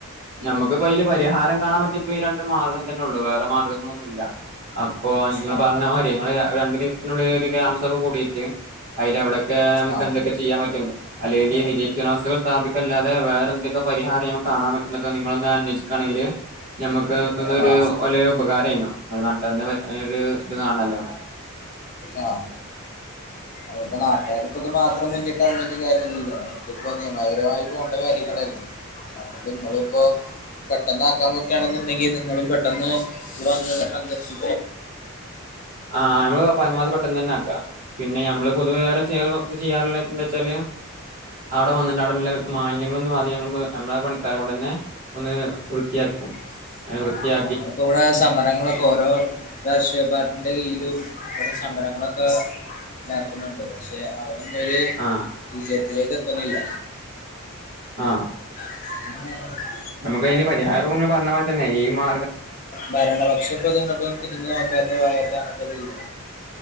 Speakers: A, on the right; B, on the left.
A: നമ്മുക്ക്പ്പൈല് പരിഹാരം കാണാൻ പറ്റിയപ്പം ഈ രണ്ട് മാർഗം തന്നെ ഉള്ളൂ വേറെ മാർഗ്ഗങ്ങളൊന്നുല്ല അപ്പൊ നിങ്ങള്
B: ആ
A: പറഞ്ഞ മാതിരി നിങ്ങൾ രണ്ടു ദിവസത്തിനുള്ളിൽ ഒരു ഗ്രാമസഭ കൂടിയിട്ട് അതിലവിടെ ക്ക് നമുക്ക്
B: ആ
A: എന്തൊക്കെ ചെയ്യാൻ പറ്റും അല്ലെങ്കിൽ ഈ നിരീക്ഷണാവസ്തുകൾ സ്ഥാപിക്കല്ലാതെ വേറെന്തങ്കി പരിഹാരം നമ്മക്ക് കാണാൻ പ റ്റുന്നക്ക നിങ്ങളൊന്ന് അന്വേഷിക്കാണെങ്കില് ഞമ്മക്ക് ഒരു
B: ആ
A: വലിയ ഉപകാരേന്നു നമ്മ നാട്ടുകാരെനെ ഒരു ഇത് കാണല്ലോ
B: ആ അതിപ്പോ നാട്ടുകാരിപ്പോ ഇത് മാത്രം മുന്നിട്ട് ഇറങ്ങിട്ട് കാര്യല്ലല്ലോ ഇതിപ്പോ നിയമപരമായി പോകേണ്ട കാര്യങ്ങളല്ലേ അതോണ്ട് ഇങ്ങളിപ്പോ പെട്ടെന്നാക്കാൻ പ റ്റാണെന്നുണ്ടെങ്കിൽ നിങ്ങളും പെട്ടെന്ന് ഇവിടെ വന്ന് സന്ദർശി
A: ആഹ് നമ്മള് പരമാവധി പെട്ടെന്ന് തന്നെ ആക്കാം പിന്നെ ഞമ്മള് പൊതുവെ വേറെ വർക്ക് ചെയ്യാറില്ലാത്തതെന്താ വെച്ചാല് അവിടെ വന്നിട്ട് അവിടെള്ള മാലിന്യങ്ങളൊന്ന് <unintelligible> നമ്മളെ പണിക്കാരകൊണ്ട് തന്നെ ഒന്ന് വൃത്തിയാ
B: ഉ
A: അയിന് വൃത്തിയാ
B: നമ്മളിപ്പോ ഇവിടെ സമരങ്ങളൊക്കെ ഓരോ രാഷ്ട്രീയ പാർ ട്ടീടെ കീഴിലും ഇവിടെ സമരങ്ങളൊക്കെ എണ്ടാക്കണെണ്ട് പക്ഷെ അതൊന്നരു
A: ആഹ്
B: വിജയത്തിലേക്ക് എത്തണില്ല
A: ആ
B: ഉ
A: നമുക്ക് അതിന് പരിഹാരപ്പം ഇങ്ങള്പറഞ്ഞ പോലെ തന്നെ ഈ മാ
B: ഭരണപക്ഷപ്പം ഈ ഭാഗത്തേക്ക് ഇങ്ങോട്ടൊന്നും തിരിഞ്ഞ് നോക്കാത്ത ഭാഗത്താണ് ഇതിപ്പളളത്